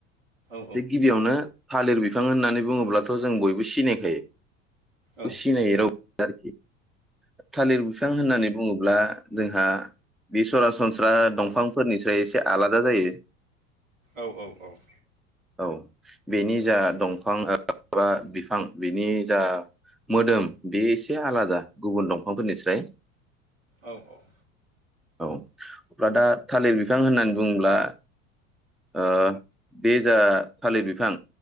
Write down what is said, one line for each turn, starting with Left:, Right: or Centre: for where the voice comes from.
Right: औ
Centre: जे गिबियावनो थालिर बिफां होननानै बुंङोब्लाथ' जों बयबो सिनायखायो।
Right: औ
Centre: <unintelligible> थालिर बिफां होननानै बुंङो। ब्ला जोंहा बे सरासनस्रा दंफां फोरनिफ्राय एसे आलादा जायो।
Right: औ औ औ
Centre: औ बेनि जा दंफां बा बिफां बेनि जा मोदोम बे एसे आलादा गुबुन दंफांफोरनिस्राय
Right: औ औ
Centre: औ अब्ला दा थालिर बिफां होननानै बुंङोब्ला ओ बे जा थालिर बिफां